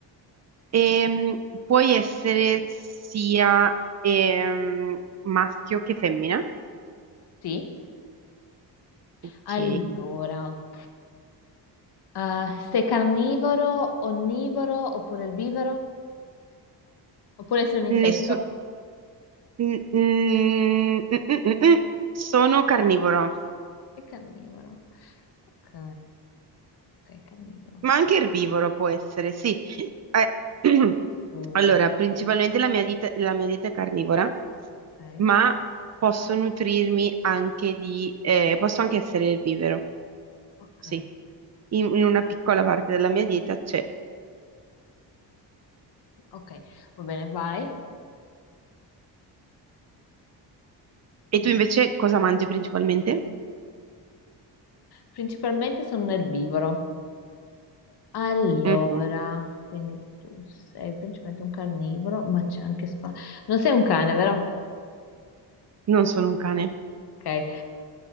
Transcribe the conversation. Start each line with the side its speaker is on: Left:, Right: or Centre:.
Right: Ehm, puoi essere sia ehm, maschio che femmina.
Left: Sì.
Right: Ok.
Left: Allora, eh, sei carnivoro, onnivoro oppure erbivoro? Oppure sei un insetto?
Right: Nessu- mm, mm, mm, mm, mm, mm. Sono carnivoro.
Left: Sei carnivoro. Ok, ok, carnivoro.
Right: Ma anche erbivoro può essere, sì. Eh, <clears throat>
Left: Mm,
Right: Allora, principalmente la mia dieta, la mia dieta è carnivora,
Left: Ok,
Right: ma posso nutrirmi anche di... eh, posso anche essere erbivoro,
Left: ok.
Right: sì. In, in una piccola parte della mia dieta c'è.
Left: Ok, va bene, vai. Sei
Right: E tu
Left: tu.
Right: invece cosa mangi principalmente?
Left: Principalmente sono un erbivoro. Allora,
Right: Mhm.
Left: quindi tu sei principalmente un carnivoro, ma c'è anche spa. Non sei un cane, vero?
Right: Non sono un cane,
Left: Ok.